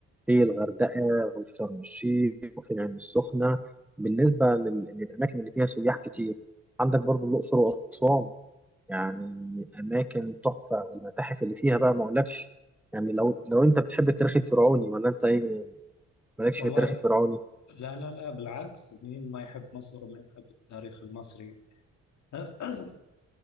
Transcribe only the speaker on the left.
والله
لا لا لا بالعكس مين ما يحب مصر ومين يحب التاريخ المصري <clears throat>